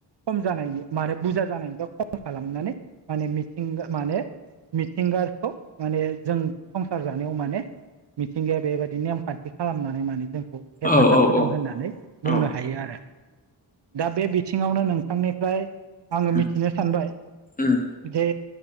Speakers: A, on the right; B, on the left.
A: खम जानायनि माने बुरजा जानायनिफ्राय खम खालामनानै माने मिथिंगा माने मिथिंगाखौ माने जों संसार जा माने मिथिंगाया बेबायदि नेम खान्थि खालामनानै माने जों हेफाजाब
B: औ औ
A: होदों
B: औ
A: होननानै बुंनो
B: औ
A: हायो आरो दा बे बिथिं थिङावनो नोंथांनिफ्राय आङो
B: उम
A: मिथिनो सानबाय
B: उम
A: जे